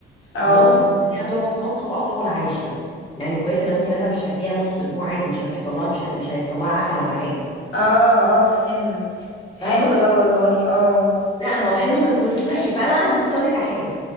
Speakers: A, on the left (about 75°); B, on the left (about 25°).
A: اه
B: خلاص وتخليها تقعد فتره اطول عايشه يعني كويسه لو انت مثلا مش تاكليها لمده اسبوع عادي مش هتحصل لها مش هت... مش هيحصل لها عفن ولا حاجه
A: اه اه فهمت حلو
B: فاهمه
A: ده والله اه
B: لا ما هو حلو بس مش صحي فانا بصي اقول لك على حاجه